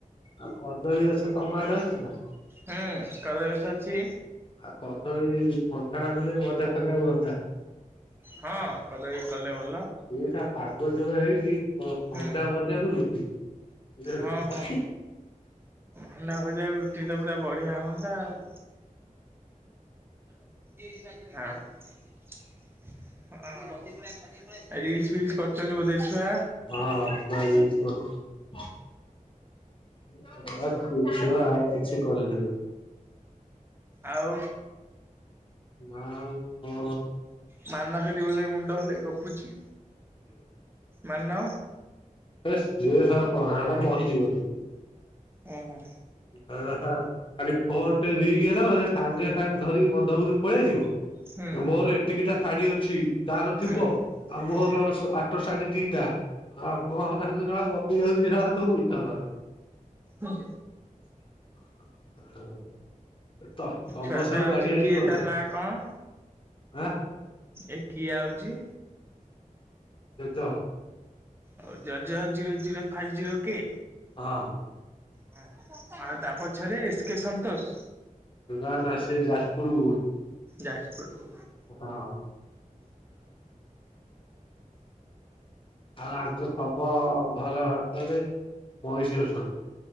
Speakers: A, on the left (about 40°); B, on the right (about 15°).
A: ଆଉ କଦଳୀ ଗଛ ତମ ଆଡେ ଅଛି ନା।
B: ହୁଁ କଦଳୀ ଗଛ ଅଛି।
A: ଆଉ କଦଳୀ ଭଣ୍ଡା ଆଣିଲେ ଭଜା ଫଜା ହୁଅ
B: ହଁ। କଦଳୀ କଲେ ଭ
A: ଏ ସା ପାଗ ଯୋଉଆ ହେଇଚି ଓ ଭଣ୍ଡା
B: ହୁଁ
A: ଭଜା କୁ ରୁଟି ବୁଝିଲୁ
B: ହଁ
A: ନା
B: ହଁ ଭଣ୍ଡା ଭଜା ରୁ ଏ ପୁରା ବଢିଆ ହୁଅନ୍ତା ଆଉ। ହଁ। ହଁ। ଏ ରିଲ୍ସ୍ ଫିଲ୍ସ୍ କରିଚୁନ୍ତି ବୋଧେ ଛୁଆ।
A: ହଁ ହଁ ଛୁଆ ରିଲ୍ସ କରୁଚନ୍ତି। ଏ <unintelligible> ଛୁ-ଛୁଆ କିଛି କରେଇ ଦେବେ
B: ଆଉ।
A: ନା ଆଉ କ
B: ମାନା ସେଟିି ବୋଧେ ମୁଣ୍ଡ ହଲେଇ ଗପୁଚି। ମାନ।
A: ହେଶ୍ ଇଏ ସେଟା କହନା ସେଟା ମରିଯିବ ବେ।
B: ଅଁ, ହଁ।
A: ଏଟା ଶଳା ଖାଲି ଫୋନ୍ ଟେ ରିଙ୍ଗ୍ ହେଲା ମାନେ ସାଙ୍ଗେ ସାଙ୍ଗେ ଧରିକି ବନ୍ଧ ଉପରକୁ ପଳେଇ ଆସିବ।
B: ହୁଁ
A: ଯୋଉ ମୋର ଏତିକିଟା ଶାଡି ଅଛି। ତାର ଥିବ
B: ହୁଁ
A: ଆଉ
B: ହୁଁ
A: ମୋର ସେ ପାଖ ତୋ ଶାଡି ଦିଟା। ଆ କୁଆହ କାହାକୁ ନା ଗ ଯିଏ ଯାଉଚି ବି ଶଳା ତୁ ମୁଠା ମାରେ
B: ହୁଁ।
A: <unintelligible> ତ ତନ
B: ଛୁଆଟା
A: ସାହୁ
B: ଆଉଚି
A: ଗାଡି ଆଣି
B: କିଏ
A: ଗଲା
B: ତା ନାଁ କଣ?
A: ଆଁ?
B: ଏ କିଏ ଆଉଚି?
A: ଜେଜ।
B: ଆଉ ଜୋ ଜୋ ଜିରୋ ଜିରୋ ଫାଇଭ୍ ଜିରୋ କେ
A: ହଁ।
B: ଅଁ, ହଁ ଆଉ ତା ପଛରେ ଏସ୍ କେ ସନ୍ତୋଷ।
A: ନା ନା ସେ ଜା ପୁରୁ
B: ଯାଜପୁରରୁ
A: ହଁ ଆଉ ଆଗ ତମ ଘର ଆଗରେ ମଇଁଷୀ ଅଛନ୍ତି।